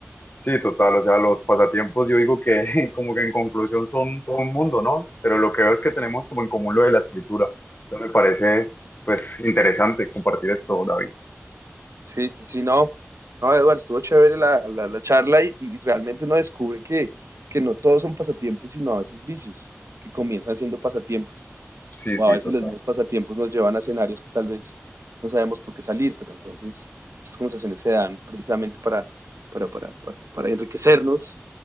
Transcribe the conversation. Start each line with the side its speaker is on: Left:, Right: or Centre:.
Left: Sí, total, o sea, los pasatiempos yo digo que <laughs> como que en conclusión son todo un mundo, ¿no? Pero lo que veo es que tenemos como en común lo de la escritura. Entonces me parece pues interesante compartir esto, David.
Right: Sí, sí, sí, no. No, Eduardo, estuvo chévere la, la, la charla y, y realmente uno descubre que, que no todos son pasatiempos, sino a veces vicios que comienzan siendo pasatiempos.
Left: Sí,
Right: o
Left: sí,
Right: a veces
Left: total.
Right: los mismos pasatiempos nos llevan a escenarios que tal vez no sabemos por qué salir, pero entonces esas conversaciones se dan precisamente para, para, para, para, para enriquecernos.